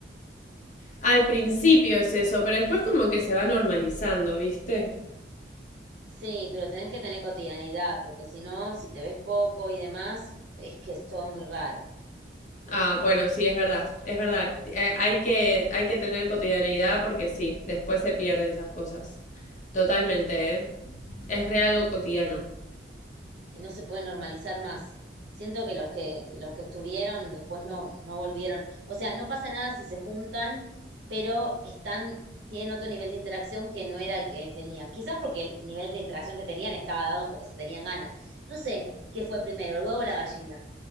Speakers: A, on the left; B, on the right.
A: Al principio es eso, pero después como que se va normalizando, ¿viste?
B: Sí, pero tenés que tener cotidianidad, porque si no, si te ves poco y demás, es que es todo muy raro.
A: Ah, bueno, sí, es verdad, es verdad. Eh, hay que, hay que tener cotidianeidad porque sí, después se pierden esas cosas. Totalmente, ¿eh? Es re algo cotidiano. <laughs>
B: y no se puede normalizar más. Siento que los que, los que estuvieron después no, no volvieron. O sea, no pasa nada si se juntan, pero están, tienen otro nivel de interacción que no era el que tenían. Quizás porque el nivel de interacción que tenían estaba dado porque se tenían ganas. No sé qué fue primero, el huevo o la gallina.